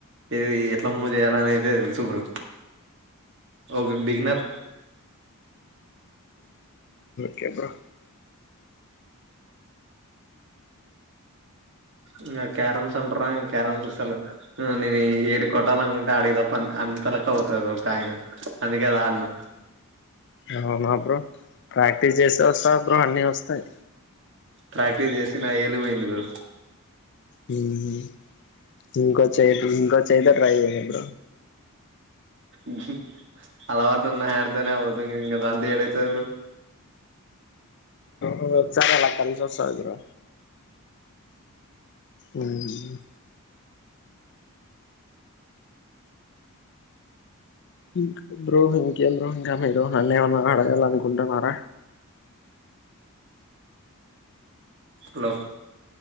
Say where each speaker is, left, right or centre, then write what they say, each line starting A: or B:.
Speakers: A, on the right; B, on the left.
A: ఏవి ఎట్లా మూవ్ చేయాలని అయితే సు బ్రో ఓకే బిగినర్
B: చే బ్రో
A: ఇంగ క్యారమ్స్ అంటరా క్యారమ్స్ అసలు. ఆ నేను ఏది కొటాలను ఉం ఆడికి తప్ప అం అంతలక్క పోతది బ్రో కాయిను అందుకే అది ఆడ్ను
B: అవునా బ్రో ప్రాక్టీస్ చేస్తే వస్తాయ్ బ్రో అన్నీ వస్తాయి
A: ప్రాక్టీస్ చేసి నా వేలివోయింది బ్రో
B: మ్మ్ ఇంకో చేయ్ ఇంకో చేతో ట్రై చేయ్ బ్రో
A: ఊహూ అలవా <inaudible> అవుతయ్ ఇంగ దాంతే ఏడై తవురు
B: నువ్వొచ్చాక అలా కలిసొస్తాదిరా ఉమ్ ఇంక్ బ్రో ఇంకేం బ్రో ఇంకా మీరు నన్ను ఏమన్నా అడగాలనుకుంటున్నారా
A: హలో